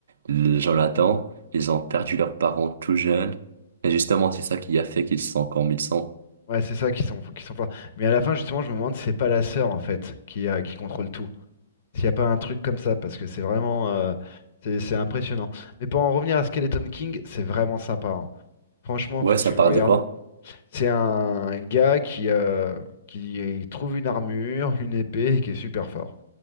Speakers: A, on the right; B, on the left.
A: le Jonathan, ils ont perdu leurs parents tout jeunes. Et justement, c'est ça qui a fait qu'ils sont comme ils sont.
B: Ouais, c'est ça qui sont, qui sont forts. Mais à la fin, justement, je me demande si c'est pas la sœur, en fait, qui, a- qui contrôle tout. S'il n'y a pas un truc comme ça, parce que c'est vraiment... euh, c'est c'est impressionnant. Mais pour en revenir à Skeleton King, c'est vraiment sympa. hein. Franchement,
A: Ouais,
B: faut que
A: ça
B: tu
A: parle
B: le regardes.
A: de quoi?
B: C'est un gars qui, euh, qui trouve une armure, une épée, et qui est super fort.